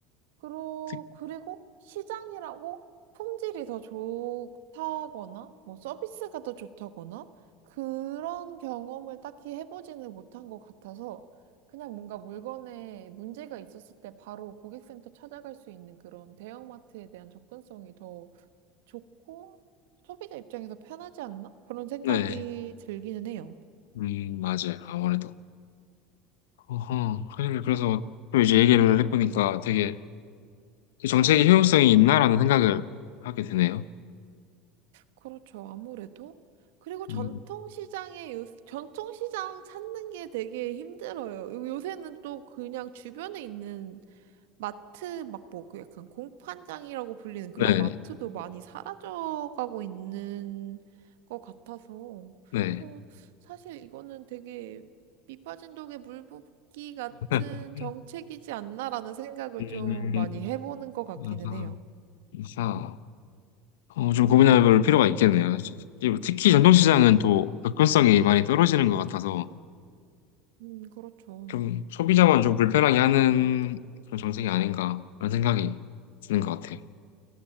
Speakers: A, on the right (about 75°); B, on the left (about 80°).
A: 그러,
B: 특-
A: 그리고 시장이라고 품질이 더 좋다거나, 뭐 서비스가 더 좋다거나, 그런 경험을 딱히 해보지는 못한 것 같아서, 그냥 뭔가 물건에 문제가 있었을 때 바로 고객센터 찾아갈 수 있는 그런 대형마트에 대한 접근성이 더 좋고, 소비자 입장에서 편하지 않나? 그런 생각이
B: 네,
A: 들기는 해요.
B: 음, 맞아요. 아무래도. 어허, 그래, 그래서 또 이제 얘기를 해보니까 되게 그 정책의 효용성이 있나라는 생각을 하게 되네요.
A: 그렇죠. 아무래도. 그리고 전통시장에,
B: 음,
A: 요, 전통시장 찾는 게 되게 힘들어요. 요- 요새는 또 그냥 주변에 있는 마트, 막 뭐, 그 약간 공판장이라고 불리는 그런
B: 네,
A: 마트도 많이 사라져가고 있는 것 같아서.
B: 네.
A: 또 사실 이거는 되게 밑 빠진 독에 물 붓기 같은
B: <laughs>
A: 정책이지 않나라는 생각을
B: 음,
A: 좀 많이 해보는 것 같기는
B: 아하,
A: 해요.
B: 아하. 어, 좀 고민해 볼 필요가 있겠네요. 특히 전통시장은 또 접근성이 많이 떨어지는 것 같아서
A: 음, 그렇죠.
B: 좀 소비자만 좀 불편하게 하는 그런 정책이 아닌가 그런 생각이 드는 것 같아요.